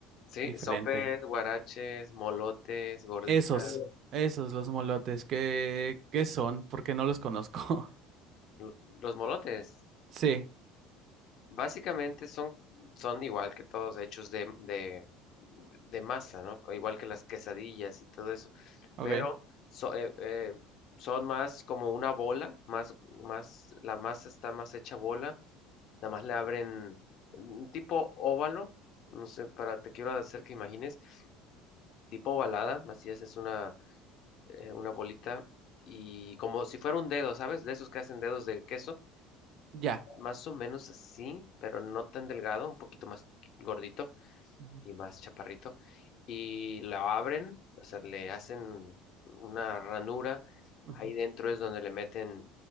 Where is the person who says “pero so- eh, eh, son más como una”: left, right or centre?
Left